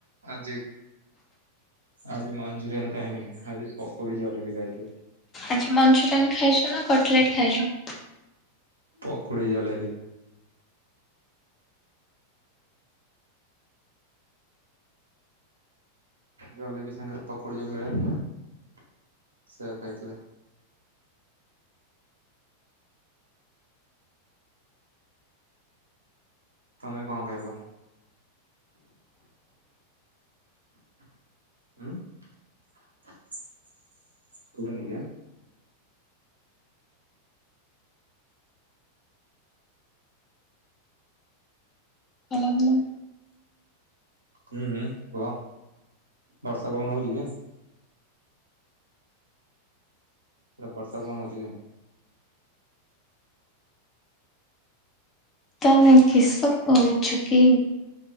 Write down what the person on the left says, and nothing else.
ଆଜି ମଂଞ୍ଚୁରିୟନ୍ ଖାଇଚ ନାଁ କଟଲେଟ୍ ଖାଇଚ?
ହାଲୋ ହାଲୋ।
ତମେ କିସ କହୁଛ କି?